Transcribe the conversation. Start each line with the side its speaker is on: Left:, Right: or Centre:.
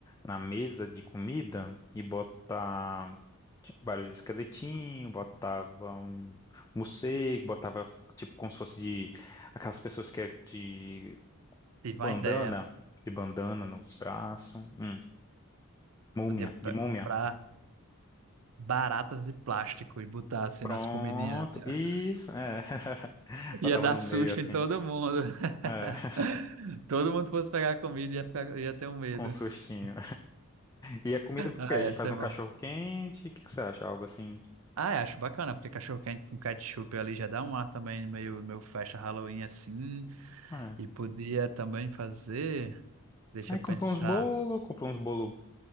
Left: na mesa de comida e botar tipo, vários esqueletinhos, botava um morcego, botava tipo como se fosse de aquelas pessoas que é de
Right: Tive
Left: Bandana,
Right: uma ideia.
Left: de bandana no braço. Hum, múmia,
Right: Podia pe-
Left: de múmia.
Right: comprar baratas de plástico e botar assim
Left: Pronto,
Right: nas comidinhas. Assim,
Left: isso,
Right: ó.
Left: é. <laughs>
Right: Ia
Left: Botava
Right: dar
Left: no
Right: susto
Left: meio assim,
Right: em todo mundo. <laughs>
Left: é, <laughs>
Right: Todo mundo fosse pegar a comida e ia, ficar- ia ter um medo.
Left: com um sustinho.
Right: <laughs>
Left: E a comida, o
Right: Ah,
Left: quê? A
Right: ia
Left: gente
Right: ser
Left: faz um
Right: bom.
Left: cachorro quente, o que que você acha? Algo assim.
Right: Ah, eu acho bacana, porque cachorro-quente com ketchup ali já dá um ar também meio, meio festa Halloween assim.
Left: É.
Right: E podia também fazer. Deixa
Left: Aí
Right: eu
Left: compra
Right: pensar.
Left: uns bolos, compra uns bolos,